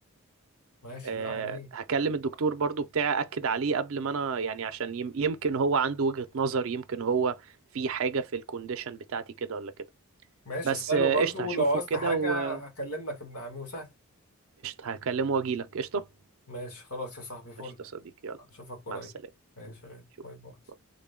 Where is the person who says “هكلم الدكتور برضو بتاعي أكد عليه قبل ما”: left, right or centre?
Right